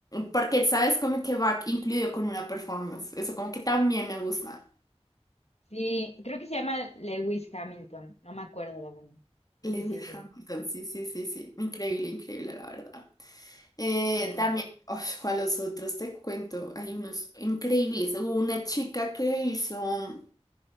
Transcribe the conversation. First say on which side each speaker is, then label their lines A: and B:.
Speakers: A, on the left (about 35°); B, on the left (about 70°).
A: Porque, ¿sabes? Como que va incluido con una performance. Eso como que también me gusta.
B: Sí, creo que se llama Lewis Hamilton, no me acuerdo la verdad. Creo
A: Lewis
B: que sí es él.
A: Hamilton, sí, sí, sí, sí. Increíble, increíble, la verdad. Eh,
B: Sí,
A: también, uf, ¿cuál los otros te cuento? Hay unos increíbles. Hubo una chica que hizo